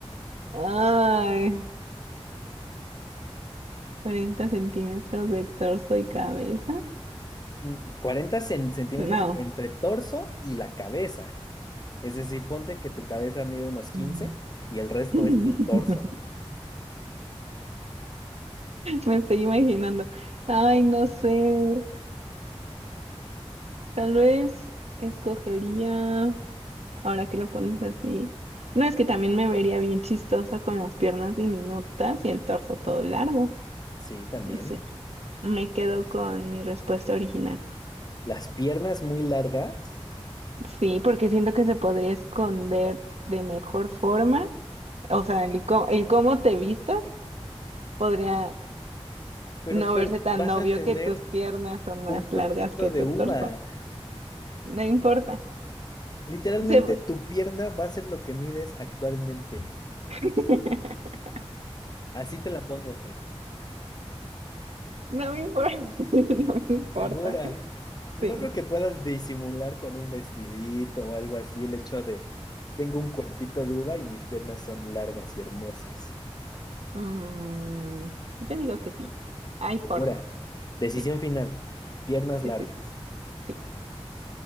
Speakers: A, on the right; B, on the left.
A: Ay, 40 centímetros de torso y cabeza.
B: Mm, 40 cen- centímetros
A: No.
B: entre torso y la cabeza. Es decir, ponte que tu cabeza mide unos quince
A: Mm.
B: y el resto
A: <laughs>
B: es tu torso.
A: Me estoy imaginando. Ay, no sé. Tal vez escogería, ahora que lo pones así, no es que también me vería bien chistosa con las piernas diminutas y el torso todo largo.
B: Sí, también.
A: Sí, me quedo con mi respuesta original.
B: Las piernas muy largas,
A: Sí, porque siento que se podría esconder de mejor forma. O sea, el, có- el cómo te vistas podría
B: pero
A: no
B: Fer,
A: verse tan
B: vas
A: obvio
B: a tener
A: que tus piernas son más
B: un cuerpito
A: largas que
B: de
A: tu
B: uva.
A: torso. No importa.
B: Literalmente
A: Se- va-
B: tu pierna va a ser lo que mides actualmente.
A: <laughs>
B: Así te la pongo, Fer.
A: No me importa. <laughs> No me importa.
B: Segura. No
A: Sí.
B: creo que puedas disimular con un vestidito o algo así el hecho de tengo un cuerpito de uva y mis piernas son largas y hermosas.
A: Mm, yo digo que sí. Hay
B: Segura.
A: forma.
B: Decisión
A: Sí,
B: final. Piernas
A: sí,
B: largas.
A: sí, sí.